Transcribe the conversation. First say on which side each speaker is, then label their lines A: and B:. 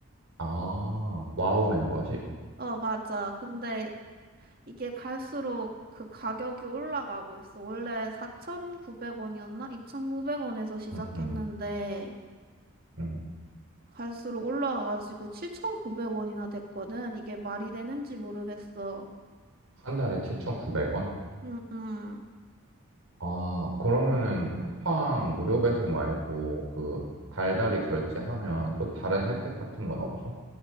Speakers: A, on the right; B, on the right.
A: 아, 와우 멤버십?
B: 어, 맞아. 근데 이게 갈수록 그 가격이 올라가고 있어. 원래 4,900원이었나? 2,900원에서 시작했는데,
A: 음, 음, 음.
B: 갈수록 올라가가지고 7,900원이나 됐거든. 이게 말이 되는지 모르겠어.
A: 한 달에 7,900원?
B: 음, 음.
A: 아, 그러면은 쿠팡 무료 배송 말고 그 달달이 결제하면 또 다른 혜택 같은 건 없어?